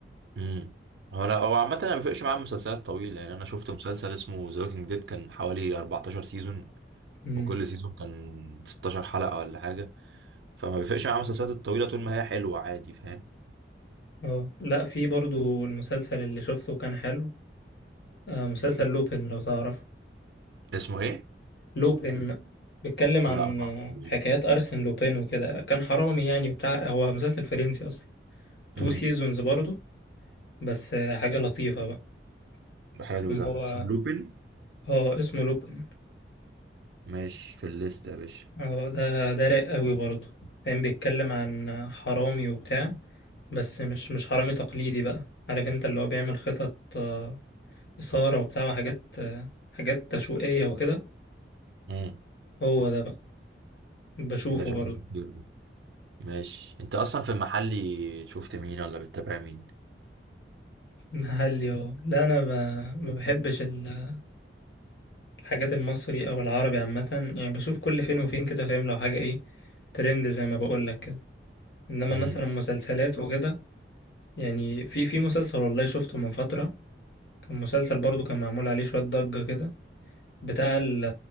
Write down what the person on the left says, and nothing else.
امم
اه لا في برضو المسلسل اللي شفته كان حلو آه مسلسل لوبين لو تعرفه
لوبين بيتكلم
عن
آه،
حكايات
أرسن لوبين وكده كان حرامي يعني وبتاع هو مسلسل فرنسي أصلا تو
سيزونز برضو بس حاجة لطيفة بقى
فيلم
هو
اه اسمه لوبين
اه ده ده رايق قوي برضو كان بيتكلم عن حرامي وبتاع بس مش مش حرامي تقليدي بقى عارف انت اللي هو بيعمل خطط آه، إثارة وبتاع وحاجات آه، حاجات تشويقية وكده
هو ده بقى بشوفه
برضو
محلي اه لا انا ب... ما بحبش ال- الحاجات المصري او العربي عامة يعني بشوف كل فين وفين كده فاهم لو حاجة ايه ترند زي ما بقول لك انما
مثلا مسلسلات وكده يعني في في مسلسل والله شفته من فترة كان مسلسل برضو كان معمول عليه شوية ضجة كده بتاع ال-